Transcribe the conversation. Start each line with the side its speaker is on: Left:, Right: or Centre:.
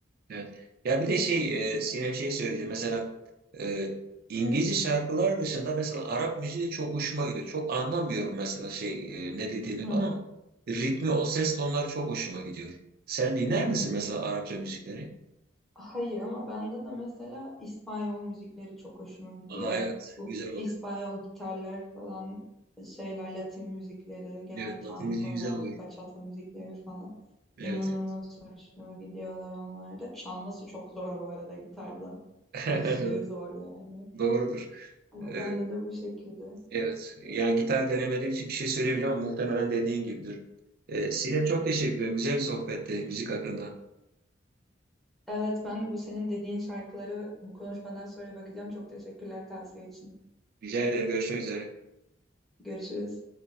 Right: Evet. Ya bir de şey, e, Sinem şey söyleyeceğim. Mesela e, İngilizce şarkılar dışında mesela Arap müziği de çok hoşuma gidiyor. Çok anlamıyorum mesela şey e, ne dediğini
Centre: Hı
Right: falan.
Centre: hı.
Right: Ritmi, o ses tonları çok hoşuma gidiyor. Sen dinler misin mesela Arapça müzikleri?
Centre: Hayır ama bende de mesela İspanyol müzikleri çok hoşuma gidiyor.
Right: Aa evet,
Centre: Bu
Right: güzel oluyor.
Centre: İspanyol gitarlar falan şeyler, Latin müzikleri, genel
Right: Evet, Latin
Centre: tangolar,
Right: müziği güzel oluyor.
Centre: bachata müzikleri falan
Right: Evet,
Centre: inanılmaz
Right: evet.
Centre: hoşuma gidiyorlar onlar da. Çalması çok zor bu arada gitarda.
Right: <laughs>
Centre: Aşırı zor yani.
Right: Doğrudur.
Centre: Ama
Right: Ee,
Centre: bende de bu şekilde.
Right: evet, yani gitar denemediğim için bir şey söyleyemeyeceğim ama muhtemelen dediğin gibidir. Ee, Sinem çok teşekkür ederim. Güzel bir sohbetti müzik hakkında.
Centre: Evet ben de bu senin dediğin şarkılara bu konuşmadan sonra bakacağım. Çok teşekkürler tavsiye için.
Right: Rica ederim, görüşmek üzere.
Centre: Görüşürüz.